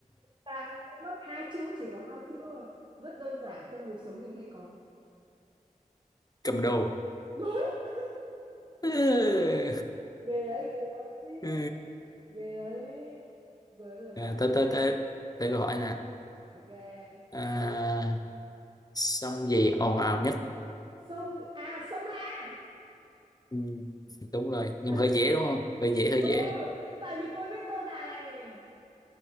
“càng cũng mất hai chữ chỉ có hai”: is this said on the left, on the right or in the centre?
Right